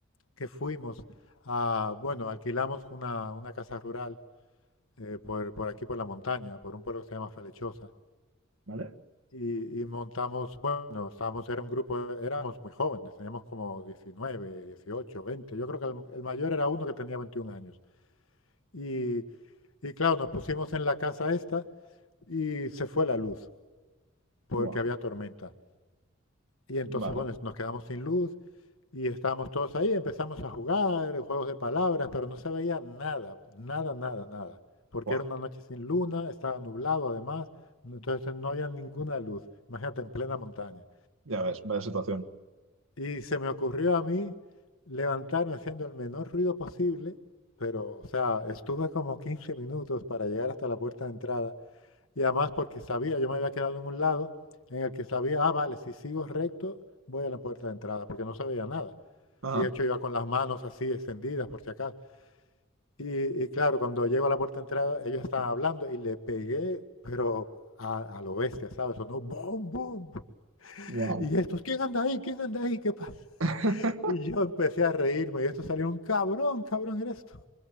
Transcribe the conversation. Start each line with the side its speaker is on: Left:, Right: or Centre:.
Left: que fuimos a, bueno, alquilamos una, una casa rural eh, por, por aquí, por la montaña, por un pueblo que se llama Falechosa.
Right: ¿Vale?
Left: Y, y montamos, bueno, estábamos, era un grupo, éramos muy jóvenes, teníamos como diecinueve dieciocho veinte Yo creo que el, el mayor era uno que tenía 21 años. Y, y claro, nos pusimos en la casa esta y se fue la luz porque
Right: Buah,
Left: había tormenta. Y entonces,
Right: Vale.
Left: bueno, nos quedamos sin luz Y estábamos todos ahí, empezamos a jugar, juegos de palabras, pero no se veía nada, nada, nada, nada. Porque
Right: Buah.
Left: era una noche sin luna, estaba nublado además, entonces no había ninguna luz. Imagínate, en plena montaña.
Right: Ya ves, vaya situación.
Left: Y se me ocurrió a mí levantarme haciendo el menor ruido posible, pero, o sea, estuve como 15 minutos para llegar hasta la puerta de entrada y además porque sabía, yo me había quedado en un lado en el que sabía, ah, vale, si sigo recto, voy a la puerta de entrada, porque no sabía nada.
Right: Ajá.
Left: Y de hecho iba con las manos así extendidas, por si acaso. Y, y claro, cuando llego a la puerta de entrada, ellos estaban hablando y le pegué, pero a, a lo bestia, ¿sabes? Sonó boom, boom.
Right: wow.
Left: Y estos, ¿quién anda ahí? ¿Quién anda ahí? ¿Qué pasa?
Right: <laughs>
Left: Y yo empecé a reírme y esto salió un cabrón, cabrón eres tú.